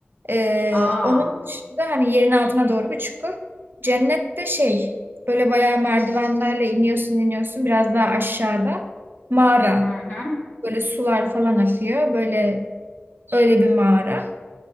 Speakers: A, on the right; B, on the left.
A: Ee,
B: Aa,
A: onun dışında hani yerin altına doğru bir çukur. Cennette şey böyle bayağı merdivenlerle iniyorsun iniyorsun biraz daha aşağıda mağara.
B: hı hı.
A: Böyle sular falan akıyor. Böyle öyle bir mağara.